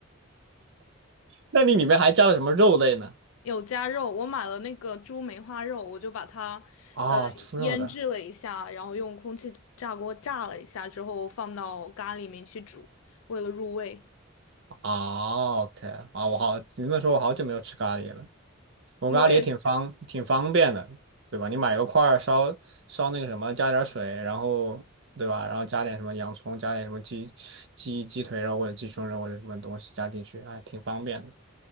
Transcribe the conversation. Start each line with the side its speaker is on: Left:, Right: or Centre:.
Right: 那你里面还加了什么肉类呢？
Left: 有加肉，我买了那个猪梅花肉，我就把它呃腌制了一下，
Right: 啊、猪肉的。
Left: 然后用空气炸锅炸了一下之后放到咖喱里面去煮，为了入味。
Right: 哦，OK，啊，我好，你这么说，我好久没有吃咖喱了。我咖喱也挺方，
Left: 我也
Right: 挺方便的，对吧？你买个块儿烧烧那个什么，加点儿水，然后对吧？然后加点什么洋葱，加点什么鸡鸡鸡腿肉或者鸡胸肉或者什么东西加进去，哎，挺方便的。